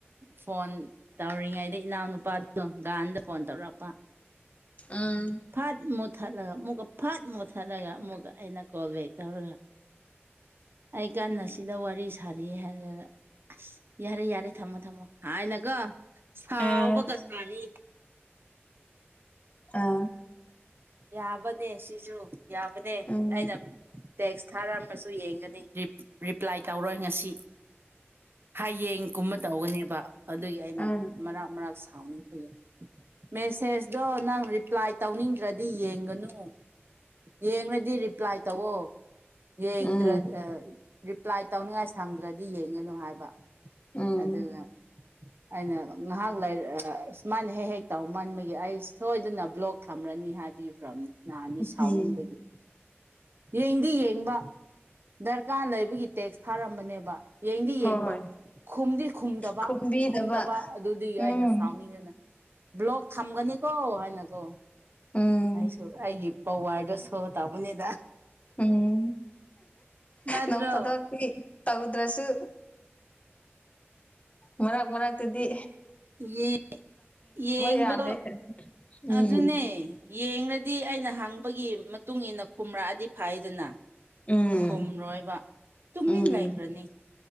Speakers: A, on the right (about 55°); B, on the left (about 30°).
A: ꯐꯣꯟ ꯇꯧꯔꯤꯉꯩꯗ ꯏꯅꯥꯎꯅꯨꯄꯥꯗ ꯑꯣ ꯥꯟꯗ ꯐꯣꯟ ꯇꯧꯔꯛꯄ
B: ꯎꯝ
A: ꯎ ꯐꯠ ꯃꯨ ꯃꯨꯠ ꯊꯠꯂꯒ ꯑꯃꯨꯛꯀ ꯐꯠ ꯃꯨꯛꯠꯊꯠꯂꯒ ꯑꯃꯨꯛꯀ ꯑꯩꯅ ꯀꯣꯜ ꯕꯦꯛ ꯇꯧꯔꯒ ꯑꯩ ꯀꯥꯟ ꯑꯁꯤꯗ ꯋꯥꯔꯤ ꯁꯥꯔꯤ ꯍꯥꯏꯔꯒ ꯑꯁ ꯌꯥꯔꯦ ꯌꯥꯔꯦ ꯊꯝꯃꯣ ꯊꯝꯃꯣ ꯍꯥꯏꯅꯒ ꯁꯥꯎꯕꯒ
B: ꯑꯥ
A: ꯆꯅꯤ
B: ꯑꯥ
A: ꯌꯥꯕꯅꯦ ꯁꯤꯁꯨ ꯌꯥꯕꯅꯦ
B: ꯎꯝ
A: ꯑꯩꯅ ꯇꯦꯛꯁ ꯊꯥꯔꯝꯃꯁꯨ ꯌꯦꯡꯒꯅꯤ ꯔꯤꯄ꯭ꯂꯥꯏ ꯇꯧꯔꯣꯏ ꯉꯁꯤ ꯍꯌꯦꯡ ꯀꯨꯝꯕ ꯇꯧꯒꯅꯦꯕ ꯑꯗꯨꯒꯤ ꯑꯩꯅ
B: ꯑꯥ
A: ꯃꯔꯛ ꯃꯔꯥꯛ ꯁꯥꯎꯅꯤꯡꯕꯒꯤ ꯃꯦꯁꯦꯁꯇꯣ ꯅꯪ ꯔꯤꯄ꯭ꯂꯥꯏ ꯇꯧꯅꯤꯡꯒꯦ ꯅꯠꯇ꯭ꯔꯗꯤ ꯌꯦꯡꯒꯅꯨ ꯌꯦꯡꯉꯗꯤ ꯔꯤꯄ꯭ꯂꯥꯏ ꯇꯧꯑꯣ ꯌꯦꯡꯗ꯭ꯔ
B: ꯎꯝ
A: ꯔꯤꯄ꯭ꯂꯥꯏ ꯇꯧꯅꯤꯡꯉꯥꯏ ꯁꯪꯗ꯭ꯔꯗꯤ ꯌꯦꯡꯒꯅꯨ ꯍꯥꯏꯕ
B: ꯎꯝ
A: ꯑꯗꯨꯗ ꯑꯩꯅ ꯉꯥꯏꯍꯥꯛ ꯂꯥꯏꯔꯤꯛ ꯁꯨꯃꯥꯏꯅ ꯍꯦꯛ ꯍꯦꯛ ꯇꯧ ꯃꯟꯕꯒꯤ ꯑꯩ ꯁꯣꯏꯗꯅ ꯕ꯭ꯂꯣꯛ ꯊꯝꯔꯅꯤ ꯍꯥꯏꯕꯤꯈ꯭ꯔꯕꯅꯤ ꯅꯍꯥꯟꯅꯤ ꯁꯥꯎꯅꯤꯡꯕꯒꯤ
B: ꯎꯝ
A: ꯌꯦꯡꯗꯤ ꯌꯦꯡꯕ ꯗꯔꯀꯥꯔ ꯂꯩꯕꯒꯤ ꯇꯦꯛꯁ ꯊꯥꯔꯝꯕꯅꯦꯕ ꯌꯦꯡꯗꯤ
B: ꯍꯣꯏ
A: ꯌꯦꯡꯕ ꯈꯨꯝꯗꯤ ꯈꯨꯝꯗꯕ
B: ꯈꯨꯝꯕꯤꯗꯕ
A: ꯈꯨꯝꯗꯕ ꯑꯗꯨꯗꯤ
B: ꯎꯝ
A: ꯑꯩꯅ ꯁꯥꯎꯅꯤꯡꯉꯅ ꯕ꯭ꯂꯣꯛ ꯊꯝꯒꯅꯤꯀꯣ ꯍꯥꯏꯅꯀꯣ
B: ꯎꯝ
A: ꯑꯩꯁꯨ ꯑꯩꯒꯤ ꯄꯋꯥꯔꯗ ꯁꯣꯕ ꯇꯥꯕꯅꯦꯗ
B: ꯎꯝ
A: ꯅꯠꯇ꯭ꯔꯣ
B: ꯅꯪ ꯐꯠꯇꯗꯤ ꯇꯧꯗ꯭ꯔꯁꯨ ꯃꯔꯛ ꯃꯔꯛꯇꯨꯗꯤ
A: ꯌꯦ ꯌꯦꯡꯕꯗꯣ
B: ꯌꯥꯗꯦ ꯎꯝ
A: ꯑꯗꯨꯅꯦ ꯌꯦꯡꯗꯤ ꯑꯩꯅ ꯍꯪꯕ ꯒꯤ ꯃꯇꯨꯡ ꯏ ꯃꯇꯨꯡꯏꯟꯅ ꯈꯔꯛꯑꯗꯤ ꯐꯥꯏꯗꯅ
B: ꯎꯝ
A: ꯈꯨꯝꯔꯣꯏꯕ ꯇꯨꯃꯤꯟ
B: ꯎꯝ
A: ꯂꯩꯈ꯭ꯔꯅꯤ